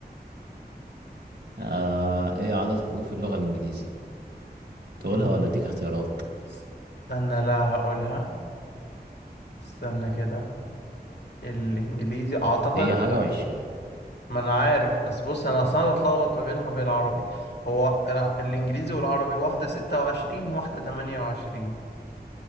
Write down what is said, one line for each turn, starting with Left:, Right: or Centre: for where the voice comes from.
Right: آه... إيه عدد حروف اللغة الإنجليزي تقولها
Left: ليه؟
Right: ولا أديك اختيارات
Left: استنى لا هقولها استنى كده الانجليزي اعتقد
Right: هي حاجة وعشرين
Left: ما انا عارف بس بص انا اصلا بتلخبط ما بينها وبين العربي هو الع- الانجليزي والعربي واحدة ستة وعشرين واحدة تمانية وعشرين